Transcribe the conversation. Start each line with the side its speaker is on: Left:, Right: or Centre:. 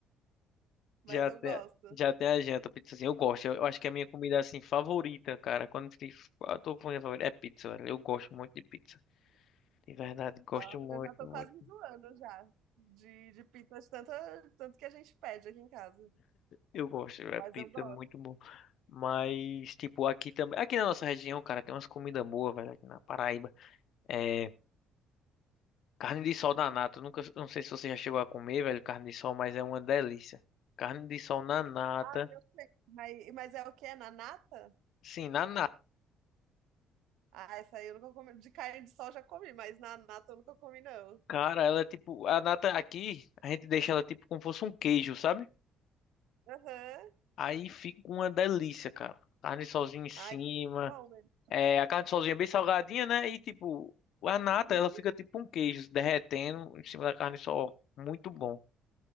Right: mas
Left: Já
Right: eu
Left: tem,
Right: gosto.
Left: já tem a janta, pizzazinha. Eu gosto. Eu, eu acho que é a minha comida assim favorita, cara. Quando eu fico- eu tô com a minha favorita, é pizza, velho. Eu gosto muito de pizza. De verdade, gosto
Right: Nossa,
Left: muito,
Right: eu já tô
Left: muito.
Right: quase enjoando já de, de pizza, de tanto, tanto que a gente pede aqui em casa.
Left: Eu gosto, é
Right: Mas
Left: pizza
Right: eu gosto.
Left: é muito bom. Mas, tipo, aqui também. Aqui na nossa região, cara, tem umas comidas boas, velho, aqui na Paraíba. É. Carne de sol na nata. Eu Nunca, eu não sei se você já chegou a comer, velho, carne de sol, mas é uma delícia. Carne de sol na nata.
Right: Ah, eu sei. Mas, mas é o que? É na nata?
Left: Sim, na nata.
Right: Ah, essa aí eu nunca comi. De carne de sol eu já comi, mas na nata eu nunca comi, não.
Left: Cara, ela é tipo. A nata aqui, a gente deixa ela tipo como fosse um queijo, sabe?
Right: Aham.
Left: Aí fica uma delícia, cara. Carne sozinha em cima.
Right: Ai, deve ser bom mesmo.
Left: É, a carne sozinha é bem salgadinha, né? E tipo, a nata,
Right: Uhum.
Left: ela fica tipo um queijo derretendo em cima da carne sol. Muito bom.